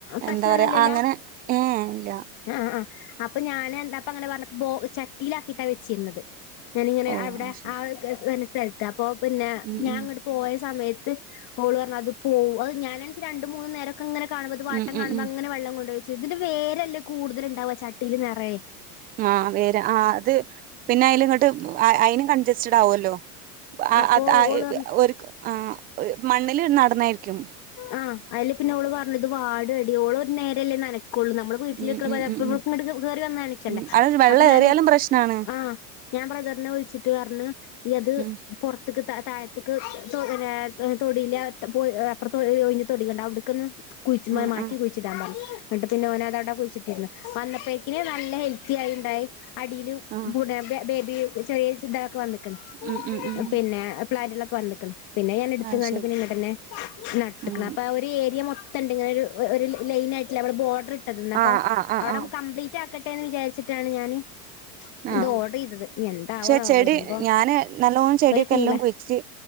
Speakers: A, on the left; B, on the right.
A: പ്രശ്നൊന്നുല്ലല്ലോ
B: എന്താ പറയാ അങ്ങനെ ഏ ഇല്ല
A: ആഹ് ആഹ് അപ്പൊ ഞാൻ എന്താപ്പ അങ്ങനെ പറഞ്ഞപ്പൊ ചട്ടിയിലാക്കിട്ടാ വെച്ചിരുന്നത് ഞാനിങ്ങനെ
B: ഓ
A: അവിടെ
B: അത് ശരി
A: ആ ഒരു <unintelligible> സ്ഥലത്തപ്പോ പിന്നെ
B: ഉം
A: ഞാങ്ങട്
B: ഉം
A: പോയ സമയത്ത് ഓള് പറഞ്ഞ് അത് പോ ഞാനെച്ചാല് രണ്ട് മൂന്ന് നേരം ങ്ങനെ കാണ്പൊ അത് വാട്ടം
B: ഉം
A: കാണുമ്പോ
B: ഉം ഉം
A: അങ്ങനെ വെള്ളം കൊണ്ടൊയിച്ചു ഇതിന്റെ വേരല്ലാ കൂടുതലുണ്ടാവ ചട്ടീല് നെറയെ
B: ആഹ് വേര് ആഹ് അത് പിന്നെ അയില്ങ്ങട്ട് അയിന് കൺചസ്റ്റഡ് ആവൊല്ലോ ആഹ്
A: അപ്പൊ
B: അത ആ
A: ഓള്
B: ഇ
A: പറഞ്ഞു
B: ത ഒരു ആഹ് ഒരു മണ്ണില് നടുന്നായിരിക്കും
A: ആഹ് അയില് പിന്നെ ഓള് പറഞ്ഞ് വാടോടി ഓള് ഒരു നേരല്ലേ നനക്കൊള്ളൂ നമ്മള് വീട്ടിലിക്കണ
B: ഉം ഉം
A: പോലെ
B: ഉം
A: പ്പഴുപ്പഴും
B: ഉം
A: ഇങ്ങട്ടേക്ക് കേറി വന്നനക്കണ്ടേ
B: ഉം അത് വെള്ളം
A: അപ്പൊ ഞാന്
B: ഏറിയാലും പ്രശ്നാണ്
A: ആഹ് ഞാൻ ബ്രദറിനെ വിളിച്ചിട്ട് പറഞ്ഞ് ഈയത്
B: ഉം
A: പൊറ ത്ത്ക്ക്‌ താഴത്തെക്ക് <unintelligible> തൊടിയിലെ അപ്പറത്ത് ഒയി ഒയിഞ്ഞ തൊടിക്കണ്ട അവിടെക്കൊന്ന് കുയിച്ച്
B: ആഹ്
A: മാറ്റി
B: ആഹ്
A: കുയി ച്ചിടാൻ പറഞ്ഞു ന്നട്ട് പിന്നെ ഓന അത് അടെ കുയിച്ചിട്ടിന്ന് വന്നപ്പയിക്കിന് നല്ല ഹെൽ ത്തിയായിണ്ടായി അടിയിലും
B: ആഹ്
A: പൂടയൊക്കെ ബേബി ചെറിയ ഇതാക്കെ വന്നി ക്കണ്
B: ഉം ഉം ഉം
A: പിന്നെ പ്ലാൻിലൊക്കെ വന്നിക്കണ് പിന്നെ ഞാൻ എടുത്തു
B: അത്
A: കാണ്ട്
B: ശരി
A: പിന്നെ ഇങ്ങനെ തന്നെ നട്ട്ക്ക്ണ്‌
B: ഉം
A: അപ്പ ആ ഒരു ഏരിയ മൊത്തംണ്ട് ഇങ്ങനൊരു ഒരു ലൈനായിട്ടില്ലെ മ്മള് ബോഡറ് ട്ട്ന്നപ്പൊ
B: ആഹ് ആഹ് ആഹ്
A: അവിടം
B: ആഹ്
A: കംപ്ലീറ്റാക്കട്ടേന്ന് വിചാരിച്ചിട്ടാണ് ഞാന് ഇത്
B: ആഹ്
A: ഓർഡർ ചെയ്തത് ഇനി എന്താവാനാവോ
B: പക്ഷെ ചെടി
A: വരുമ്പോ
B: ഞാന് നല്ലോണം ചെടിയൊക്കെ
A: ഒരു തിങ്കള
B: എല്ലോം കുയിച്ച്